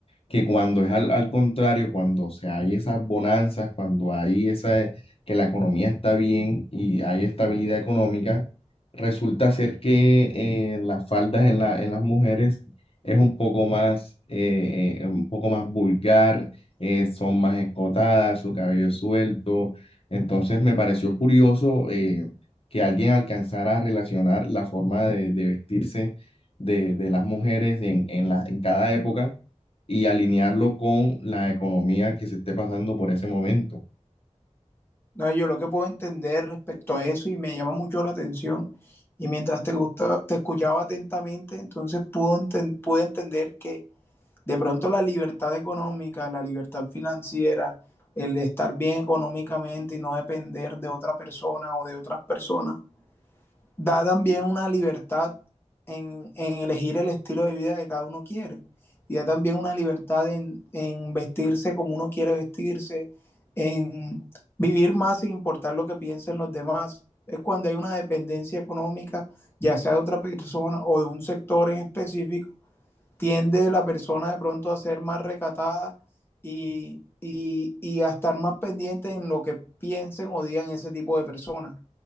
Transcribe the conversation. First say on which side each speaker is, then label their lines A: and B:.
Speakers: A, on the left; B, on the left.
A: que cuando es al, al contrario, cuando se hay esas bonanzas, cuando hay esa, que la economía está bien y hay estabilidad económica, resulta ser que eh, las faldas en la, en las mujeres es un poco más, eh, eh, un poco más vulgar, eh, son más escotadas, su cabello es suelto. Entonces me pareció curioso eh, que alguien alcanzara a relacionar la forma de, de vestirse de, de las mujeres en, en la, en cada época y alinearlo con la economía que se esté pasando por ese momento.
B: no, yo lo que puedo entender respecto a eso y me llama mucho la atención. Y mientras te gusta, te escuchaba atentamente, entonces pudo enten- pude entender que de pronto la libertad económica, la libertad financiera, el estar bien económicamente y no depender de otra persona o de otras personas da también una libertad en, en, elegir el estilo de vida que cada uno quiere. Y da también una libertad en, en vestirse como uno quiere vestirse, en vivir más sin importar lo que piensen los demás. Es cuando hay una dependencia económica, ya sea de otra persona o de un sector en específico, tiende la persona de pronto a ser más recatada y, y, y a estar más pendiente en lo que piensen o digan ese tipo de personas.